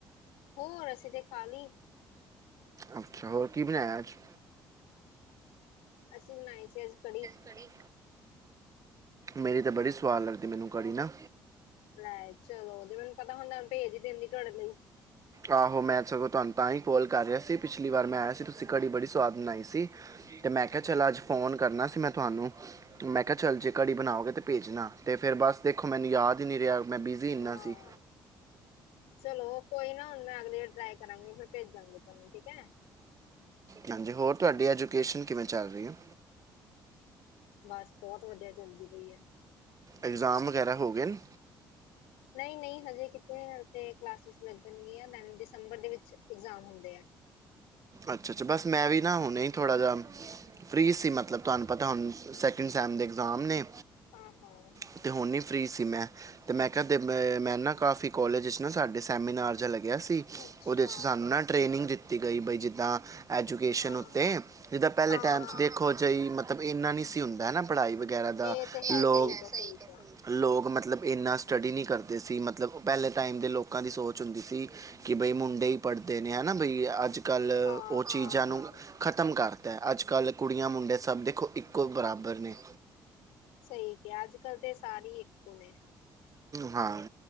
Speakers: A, on the left; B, on the right.
A: ਹੋ ਅਸੀ ਤੇ ਖਾਲੀ
B: ਅੱਛਾ ਹੋਰ ਕੀ ਬਣਾਇਆ ਅੱਜ
A: ਅਸੀਂ ਬਣਾਏ ਸੀ ਅੱਜ ਕੜੀ
B: ਕੜੀ ਮੇਰੀ ਤਾਂ ਬੜੀ ਸਵਾਦ ਲੱਗਦੀ ਮੈਨੂੰ ਘੜੀ ਨਾ
A: ਲੈ ਚਲੋ ਜੇ ਮੈਨੂੰ ਪਤਾ ਹੁੰਦਾ ਭੇਜ ਹੀ ਦਿੰਦੀ ਤੁਹਾਡੇ ਲਈ
B: ਆਹੋ ਮੈਂ ਸਗੋਂ ਤੁਹਾਨੂੰ ਤਾਂ ਹੀ ਕੋਲ ਕਰ ਰਿਹਾ ਸੀ ਪਿਛਲੀ ਵਾਰ ਮੈਂ ਆਇਆ ਸੀ ਤੁਸੀਂ ਘੜੀ ਬੜੀ ਸਵਾਦ ਬਣਾਈ ਸੀ
A: ਹ <unintelligible>
B: ਅਤੇ ਮੈਂ ਕਿਹਾ ਚੱਲ ਅੱਜ ਫੋਨ ਕਰਨਾ ਸੀ ਮੈਂ ਤੁਹਾਨੂੰ ਮੈਂ ਕਿਹਾ ਚੱਲ ਜੇ ਘੜੀ ਬਣਾਓਗੇ ਤਾਂ ਭੇਜਣਾ ਤੇ ਫਿਰ ਬਸ ਦੇਖੋ ਮੈਨੂੰ ਯਾਦ ਹੀ ਨਹੀਂ ਰਿਹਾ ਮੈਂ ਬਿਜ਼ੀ ਇੰਨਾ
A: ਹਾਂ।
B: ਸੀ
A: ਚਲੋ ਕੋਈ ਨਾ ਹੁਣ ਮੈਂ ਅਗਲੀ ਵ ਟਰਾਈ ਕਰਾਂਗੀ ਫੇਰ ਭੇਜਾਂਗੀ ਤੁਹਾਨੂੰ ਠੀਕ ਹੈ
B: ਹਾਂਜੀ ਹੋਰ ਤੁਹਾਡੀ ਐਜੂਕੇਸ਼ਨ ਕਿਵੇਂ ਚੱਲ ਰਹੀ ਹੈ
A: ਬਸ ਬਹੁਤ ਵਧੀਆ ਚੱਲਦੀ ਪਈ ਹੈ
B: ਇਗਜ਼ਾਮ ਵਗੈਰਾ ਹੋ ਗਏ ਨੇ
A: ਨਹੀਂ ਨਹੀਂ ਹਜੇ ਕਿਤੇ ਹ ਕਲਾਸਿਸ ਲੱਗਣਗ ਦਨ ਦਸੰਬਰ ਦੇ ਵਿੱਚ ਇਗਜ਼ਾਮ ਹੁੰਦੇ ਆ
B: ਅੱਛਾ ਅੱਛਾ ਬਸ ਮੈਂ ਵੀ ਨਾ ਹੁਣ ਥੋੜ੍ਹਾ ਜਿਹਾ ਫਰੀ ਸੀ ਮਤਲਬ ਤੁਹਾਨੂੰ ਪਤਾ ਹੁਣ ਸੈ ਦੇ ਐਗਜ਼ਾਮ ਨੇ
A: ਹਾਂ ਹਾਂ
B: ਅਤੇ ਹੁਣ ਨਹੀਂ ਫ੍ਰਰੀ ਸੀ ਮੈਂ ਤੇ ਮੈਂ ਕਿਹਾਦੇ ਮੈਂ ਨਾ ਕਾਫੀ ਕੋਲਜ ਵਿੱਚ ਨਾ ਸਾਡੇ ਸੈਮੀਨਾਰ ਜਾਂਹਾ ਲੱਗਿਆ ਸੀ
A: ਅੱਛਾ
B: ਉਹਦੇ ਚ ਸਾਨੂੰ ਨਾ ਟ੍ਰੇਨਿੰਗ ਦਿੱਤੀ ਗਈ ਬਈ ਜ ਐਜੂਕੇਸ਼ਨ
A: ਹਾਂ
B: ਉੱਤੇ ਜਿੱਦਾਂ ਪਹਿਲੇ
A: ਹਾਂ
B: ਟਾਈਮ
A: ਹਾਂ
B: ਚ ਦੇਖੋ ਜਹੀ ਮਤਲਬ ਇੰਨਾ ਨੀ ਸੀ ਹੁੰਦਾ ਹਨਾ ਪੜ੍ਹਾਈ ਵਗੈਰਾ ਦਾ
A: ਇਹ ਤੇ ਹੈ
B: ਲੋਕ
A: ਸਹੀ ਕਿਹਾ ਸਹੀ ਕਿਹਾ
B: ਲੋਕ ਮਤਲਬ ਇੰਨਾ ਸਟੱਡੀ ਨਹੀਂ ਕਰਦੇ ਸੀ ਮਤਲਬ ਪਹਿਲੇ ਟਾਈਮ ਦੇ ਲੋਕਾਂ ਦੀ ਸੋਚ ਹੁੰਦੀ ਸੀ ਕਿ ਬਈ ਮੁੰਡੇ ਹੀ ਪੜ੍ਹਦੇ ਨੇ ਹ ਨਾ ਬਈ ਅੱਜ ਕੱਲ੍ਹ ਉਹ
A: ਹਾਂ
B: ਚੀਜ਼ਾਂ
A: ਹਾਂ ਹਾਂ
B: ਨੂੰ
A: ਹਾਂ
B: ਖਤਮ ਕਰਤਾ ਅੱਜ ਕੱਲ੍ਹ ਕੁੜੀਆਂ ਮੁੰਡੇ ਸਭ ਦੇਖੋ ਇੱਕ ਕੋਈ ਬਰਾਬਰ ਨਹੀਂ
A: ਸਹੀ ਕਿਹਾ ਅੱਜ ਕੱਲ ਤੇ ਸਾਰੇ ਹੀ ਇੱਕੋ ਨੇ
B: ਹਾਂ